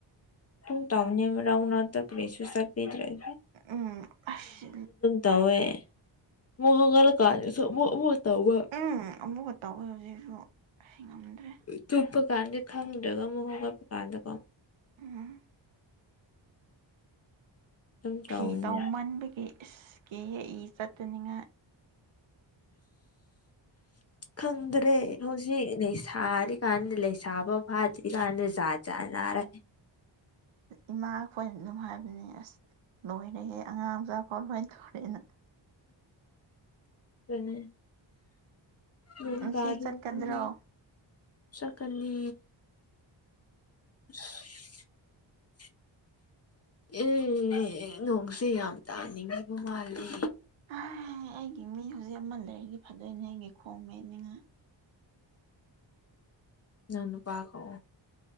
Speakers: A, on the left; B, on the right.
A: ꯁꯨꯝ ꯇꯧꯕꯥꯅꯦ ꯃꯔꯛ ꯃꯔꯛꯇꯥ ꯀꯔꯤꯁꯨ ꯆꯠꯄꯤꯗꯔꯥꯗꯤ
B: ꯎꯝ ꯑꯁ
A: ꯇꯧꯋꯦ ꯃꯨꯛ ꯍꯧꯒꯠꯂꯥ ꯀꯥꯟꯗꯁꯨ ꯃꯨꯛ ꯃꯨꯛ ꯇꯧꯕꯥ
B: ꯎꯝ ꯑꯃꯨꯛꯀꯥ ꯇꯧꯋꯦ ꯍꯧꯖꯤꯛꯁꯨ ꯑꯩ ꯉꯝꯗ꯭ꯔꯦ
A: ꯇꯨꯞꯄ ꯀꯥꯟꯗꯤ ꯈꯪꯗ꯭ꯔꯕꯥ ꯑꯃꯨꯛ ꯍꯧꯒꯠꯄꯥ ꯀꯥꯟꯗꯀꯣ
B: ꯎꯝ
A: ꯑꯗꯨꯝ
B: ꯐꯤ
A: ꯇꯧꯕꯅꯦ
B: ꯇꯥꯎꯃꯟꯕꯒꯤ ꯏꯁ ꯀꯤꯌꯦ ꯏꯆꯠꯇꯅꯤꯡꯉꯥꯏ
A: ꯈꯪꯗ꯭ꯔꯦ ꯍꯧꯖꯤꯛ ꯊꯥꯔꯤꯀꯥꯟꯗ ꯂꯩꯁꯥꯕ ꯐꯥꯗ꯭ꯔꯤꯀꯥꯟꯗ ꯖꯥꯠꯖꯥ ꯅꯥꯔꯦ
B: ꯏꯃꯥ ꯈꯣꯏꯅ ꯑꯗꯨꯝ ꯍꯥꯏꯕꯅꯦ ꯑꯁ ꯂꯣꯏꯔꯦꯍꯦ ꯑꯉꯥꯡ ꯃꯆꯥ ꯐꯥꯎ ꯑꯗꯨꯃꯥꯏ ꯊꯧꯔꯦꯅ
A: ꯑꯗꯨꯨꯅꯦ ꯅꯣꯡꯇꯥꯔꯥꯗꯤ
B: ꯉꯁꯤ ꯆꯠꯀꯗ꯭ꯔꯣ
A: ꯗꯨꯃ ꯆꯠꯀꯅꯤ <unintelligible> ꯑꯦ ꯅꯣꯡꯁꯦ ꯌꯥꯝ ꯇꯥꯅꯤꯡꯈꯤꯕ ꯃꯥꯜꯂꯤ
B: ꯑꯩꯒꯤ ꯃꯤ ꯍꯧꯖꯤꯛ ꯑꯃ ꯂꯩꯔꯗꯤ ꯐꯗꯣꯏꯅꯦ ꯑꯩꯒꯤ ꯈꯣꯡ ꯃꯦꯠꯅꯤꯡꯉꯥꯏ
A: ꯅꯪ ꯅꯨꯄꯥ ꯀꯧ